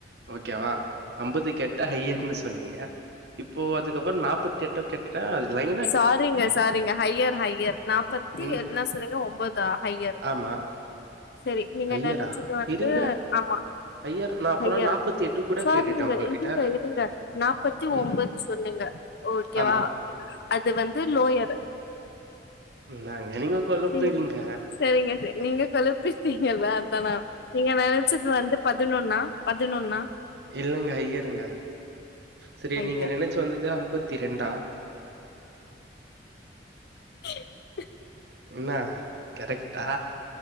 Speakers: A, on the right (about 65°); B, on the left (about 65°).
A: ஓகேவா ஐம்பது கேட்டா ஹையர்னு சொன்னீங்க இப்போ அதுக்கப்றோ நாப்பத்தி எட்டு கேட் டா அது இல்லைங்
B: சாரிங்க சாரிங்க ஹையர் ஹையர் நாற்பத்தி
A: ம்.
B: என்ன சொன்னிங்க ஒம்போதா ஹையர்
A: ஆமா.
B: சேரி நீங்க
A: ஹையரா?
B: நெனைச்சது வந்து
A: இருங்க.
B: ஆமா
A: ஹையர் நான் அப்பனா
B: ஹையரா
A: கூட
B: சாரிங்க
A: கேட்டுட்டேன் உங்ககிட்ட.
B: இருங்க இருங்க நாப்பத்தி
A: ம்.
B: ஒன்பது சொன்னிங்க ஓகேவா
A: ஆமா.
B: அது வந்து லோயர்
A: என்னாங்க நீங்க கொழப்புறீங்க
B: சேரிங் செரிங்க செரி நீங்க கொழப்பிட்டீங்கல்ல அதா நா நீங்க நெனைச்சது வந்து பதினொன்னா பதினொன்னா
A: இல்லைங்க ஹையருங்க சேரி
B: ஹையர்
A: நீங்க நெனைச்சி வந்தது ஐம்பத்தி ரெண்டா
B: சரி <inaudible>
A: இல்ல கரெக்டா